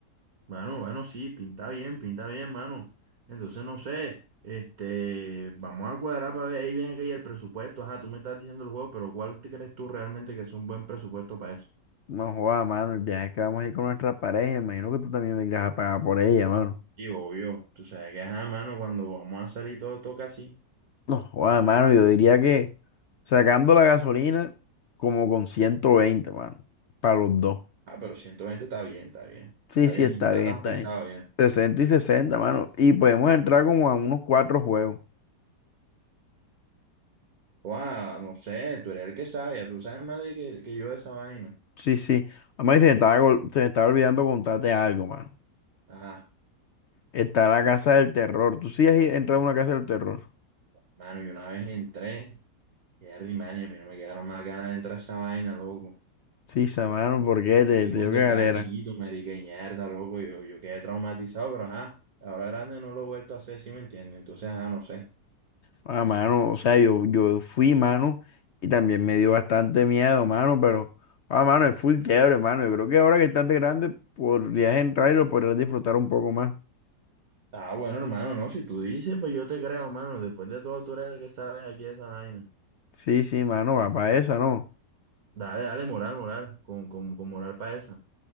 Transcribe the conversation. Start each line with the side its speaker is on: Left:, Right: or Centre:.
Right: Bueno, bueno, sí, pinta bien, pinta bien, mano. Entonces, no sé, este, vamos a cuadrar para ver ahí viene que hay el presupuesto. Ajá, tú me estás diciendo el juego, pero ¿cuál te crees tú realmente que es un buen presupuesto para eso?
Left: No joda, mano, el viaje que vamos a ir con nuestra pareja, imagino que tú también me irás a pagar por ella, mano.
Right: Y obvio, tú sabes que, ajá, mano, cuando vamos a salir todo toca así.
Left: No, joda, mano, yo diría que sacando la gasolina como con ciento veinte mano, para los dos.
Right: Ah, pero 120 está bien, está bien.
Left: Sí,
Right: Está
Left: sí,
Right: bien,
Left: está
Right: no está
Left: bien,
Right: tan
Left: está
Right: pesado
Left: bien.
Right: ya.
Left: sesenta y 60, mano. Y podemos entrar como a unos cuatro juegos.
Right: Guau, no sé, tú eres el que sabe, ya tú sabes más de que, que yo de esa vaina.
Left: Sí, sí. Además, se me estaba, gol- se me estaba olvidando contarte algo, mano.
Right: Ajá,
Left: Está la casa del terror. ¿Tú sí has i- entrado a una casa del terror?
Right: mano, yo una vez entré, y man, y a mí no me quedaron más ganas de entrar a esa vaina, loco.
Left: Sí, sa- mano, ¿por qué? Te,
Right: Y
Left: te
Right: cuando
Left: dio que
Right: estaba
Left: galera.
Right: chiquito, marica, y mierda, loco, yo, yo quedé traumatizado, pero ajá, ahora grande no lo he vuelto a hacer, si me entiendes? Entonces, ajá, no sé.
Left: Ah, mano, o sea, yo, yo fui, mano, y también me dio bastante miedo, mano, pero, ah, mano, es full chévere, mano. Yo creo que ahora que estás de grande podrías entrar y lo podrías disfrutar un poco más.
Right: Ah, bueno, hermano, no, si tú dices, pues yo te creo, hermano, después de todo tú eres el que sabes aquí de esa vaina.
Left: Sí, sí, mano, va para esa, ¿no?
Right: Dale, dale, moral, moral, con, con, con moral para esa.